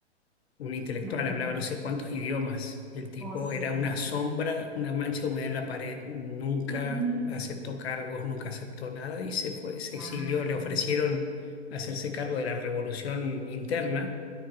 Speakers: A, on the left; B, in the centre.
A: un intelectual,
B: Las nubes.
A: hablaba no sé cuántos idiomas. El tipo
B: O sea.
A: era una sombra, una mancha de humedad en la pared. Nunca
B: ujú.
A: aceptó cargos, nunca aceptó nada y se fue, se
B: Guau.
A: exilió. Le ofrecieron hacerse cargo de la revolución interna